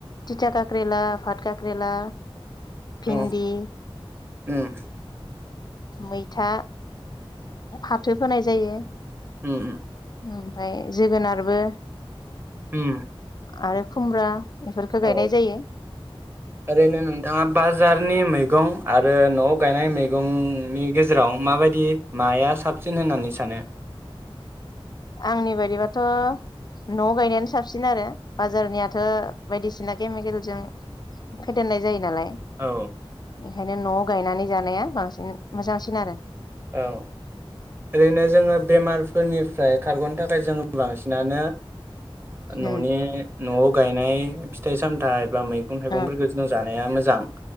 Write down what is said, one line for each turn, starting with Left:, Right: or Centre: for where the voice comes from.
Left: टिटा काक्रेला भाट काक्रेला भिन्दि
Right: औ उम
Left: मैथा फाथो फोनाय जायो
Right: उम उम ओ
Left: ओमफ्राय जोगोनारबो
Right: हम
Left: आरो खुमब्रा बेफोरखौ गायनाय
Right: औ
Left: जायो
Right: ओरैनो नोंथाङा बाजारनि मैगं मैगं आरो न'आव गायनाय मैगंनि गेजेराव माबायदि माया साबसिन होननानै सानो?
Left: आंनि बायदिबाथ' नआव' गायनायानो साबसिन आरो बाजारनियाथ' बायदिसिना केमिकेलजों फेदेरनाय जायो नालाय।
Right: औ
Left: ओंखायनो न'आव गायनानै जानाया बांसिन मोजांसिन आरो
Right: औ ओरैनो जोङो बेमारफोरनिफ्राय खारग'नो थाखाय जोङो बांसिनानो
Left: उम
Right: ओन'नि न'आव गायनाय फिथाइ सामथाइ बा मैगं थाइगफोरखौ
Left: ओ
Right: जों जानो थानाया मोजां